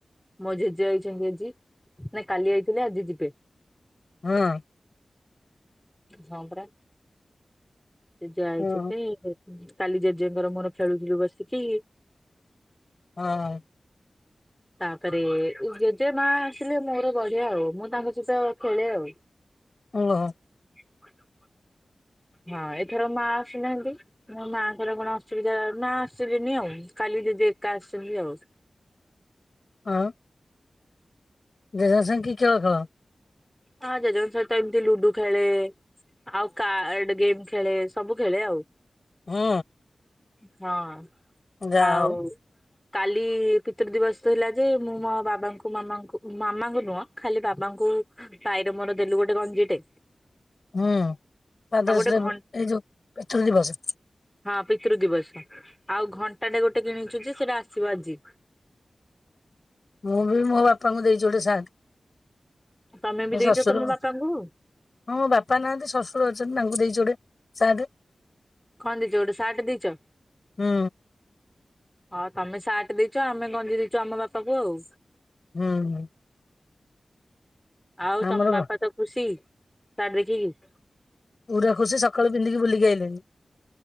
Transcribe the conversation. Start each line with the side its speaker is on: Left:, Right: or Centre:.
Centre: ମୋ ଜେଜେ ଆଇଛନ୍ତି ଆଜି ନା କାଲି ଆଇଥିଲେ ଆଜି ଯିବେ।
Left: ହଁ।
Centre: ହଁ ପରା ଜେଜେ ଆଇଛନ୍ତି
Left: ହଁ ହଁ ହଁ।
Centre: କାଲି ଜେଜେଙ୍କର ମୋର ଖେଳୁଥିଲୁ ବସିକି।
Left: ହଁ।
Centre: ତାପରେ ଜେଜେମାଆ ଆସିଲେ ମୋର ବଢିଆ ଆଉ ମୁଁ ତାଙ୍କ ସହିତ ଖେଳେ ଆଉ।
Left: <unintelligible>
Centre: <unintelligible> ହଁ ଏଥର ମା ଆସିନାହାନ୍ତି। ମୋ ମାଆଙ୍କର କଣ ଅସୁବିଧା ନା ଆସିଲେନି ଆଉ କାଲି ଜେଜେ ଏକା ଆସିଛନ୍ତି ଆଉ।
Left: ହଁ। ଜେଜଙ୍କ ସାଙ୍ଗେ କି ଖେଳ ଖେଳ?
Centre: ହଁ ଜେଜେଙ୍କ ସହିତ ଏମତି ଲୁଡୁ ଖେଳେ ଆଉ କାର୍ଡ ଗେମ୍ ଖେଳେ। ସବୁ ଖେଳେ ଆଉ।
Left: ହୁଁ।
Centre: ହଁ
Left: ଯାହା
Centre: ଆଉ
Left: ହଉ।
Centre: କାଲି ପିତୃ ଦିବସ ଥିଲା ଯେ ମୁଁ ମୋ ବାବାଙ୍କୁ ମାମାଙ୍କୁ ମାମାଙ୍କୁ ନୁହଁ। ଖାଲି ବାବାଙ୍କୁ ଭାଇର ମୋର ଦେଲୁ ଗୋଟେ ଗଞ୍ଜିଟେ।
Left: ହୁଁ ଫାଦର୍ସ
Centre: ଆଉ ଗୋଟେ
Left: ଡେ
Centre: ଘ
Left: ଏଇ ଯୋଉ ପିତୃ ଦିବସ।
Centre: ହଁ ପିତୃ ଦିବସ ଆଉ ଘଣ୍ଟାଟେ ଗୋଟେ କିଣିଛୁ ଯେ ସେଇଟା ଆସିବ ଆଜି।
Left: ମୁଁ ବି ମୋ ବାପାଙ୍କୁ ଦେଇଚି ଗୋଟେ ସାର୍ଟ।
Centre: ତମେ
Left: ମୋ
Centre: ବି ଦେଇଚ
Left: ଶ୍ୱଶୁର
Centre: ତମ ବାପାଙ୍କୁ?
Left: ହଁ ବାପା ନାହାନ୍ତି ଶଶୁର ଅଛନ୍ତି ତାଙ୍କୁ ଦେଇଚି ଗୋଟେ ସାଟେ।
Centre: କଣ୍ ଦେଇଚ ଗୋଟେ ସାର୍ଟ ଦେଇଚ?
Left: ହୁଁ
Centre: ହଁ ତମେ ସାର୍ଟ ଦେଇଚ ଆମେ ଗଞ୍ଜି ଦେଇଚୁ ଆମ ବାପାକୁ ଆଉ।
Left: ହୁଁ।
Centre: ଆଉ
Left: ଆମର
Centre: ତମ ବାପା ତ ଖୁସି ସାର୍ଟ ଦେଖିକି?
Left: ପୁରା ଖୁସି ସକାଳୁ ପିନ୍ଧିକି ବୁଲିକି ଆଇଲେଣି।